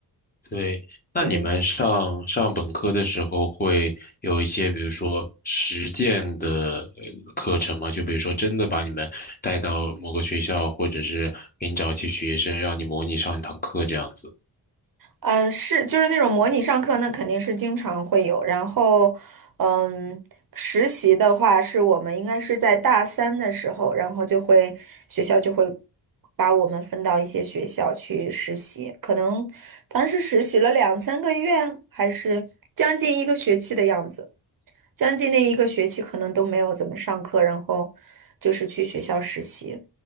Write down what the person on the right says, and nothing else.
嗯，
呃，是就是那种模拟上课，那肯定是经常会有。然后，嗯，实习的话，是我们应该是在大三的时候，然后就会学校就会把我们分到一些学校去实习，可能当时实习了两三个月，还是将近一个学期的样子。将近那一个学期可能都没有怎么上课，然后就是去学校实习，